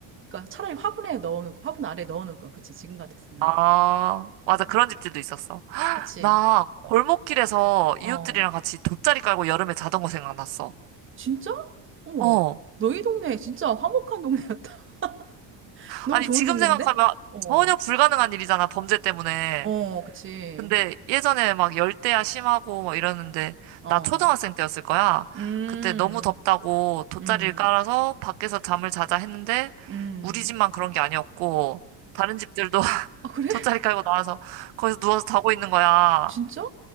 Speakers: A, on the right; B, on the right.
A: 그러니까 차라리 화분에 넣어놓고 화분 아래 넣어놓을 거야. 그치? 지금 같았으면.
B: 아, 맞아.
A: 근데
B: 그런 집들도 있었어.
A: 그치?
B: 나 골목길에서
A: 어.
B: 이웃들이랑 같이 돗자리 깔고 여름에 자던 거 생각났어.
A: 진짜? 어머.
B: 어.
A: 너희 동네 진짜 화목한 동네였다. <laughs> 너무
B: 아니,
A: 좋은
B: 지금
A: 동네인데?
B: 생각하면
A: 어.
B: 전혀 불가능한 일이잖아, 범죄 때문에.
A: 어, 그치.
B: 근데 예전에 막 열대야 심하고 막 이러는데,
A: 어.
B: 나 초등학생 때였을 거야.
A: 음.
B: 그때 너무 덥다고 돗자리를
A: 음.
B: 깔아서 밖에서 잠을 자자 했는데,
A: 음.
B: 우리 집만 그런 게 아니었고, 다른 집들도 <laughs>
A: 아, 그래?
B: 돗자리
A: <laughs>
B: 깔고 나와서 거기서 누워서 자고 있는 거야.
A: 진짜?